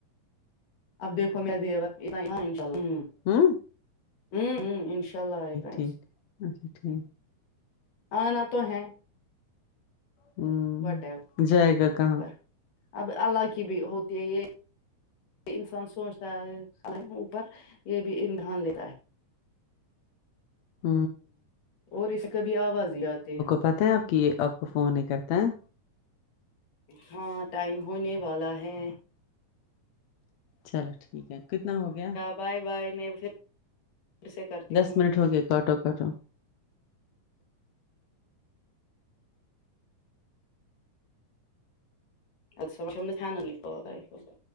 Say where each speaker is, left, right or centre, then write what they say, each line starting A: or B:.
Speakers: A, on the left (about 80°); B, on the left (about 65°).
A: اب دیکھو میں دیوار ایگا انشاءاللہ
B: ہمم
A: ہمم ہمم انشاء اللہ آئے گا ایسے
B: ٹھیک اچھا ٹھیک
A: آنا تو ہیں
B: ہ
A: وٹ ای
B: جائے گا کہاں
A: ور اب اللہ کی بھی ہوتی ہے یہ انسان سوچتا ہے اوپر یہ بھی امتحان لیتا ہے
B: ہ
A: اور اسے کبھی آواز ہی آتی ہے
B: پتا ہیں آپ کہ یہ آپ کو فون نہیں کرتے ہیں
A: ہاں ٹائم ہونے والا ہے
B: چلو ٹھیک ہے کتنا ہو گیا
A: بائے بائے میں پھر سے کرتی
B: دس منٹ ہو گئے کاٹو کاٹو
A: ا سب سامنے چھان ہو نہیں تو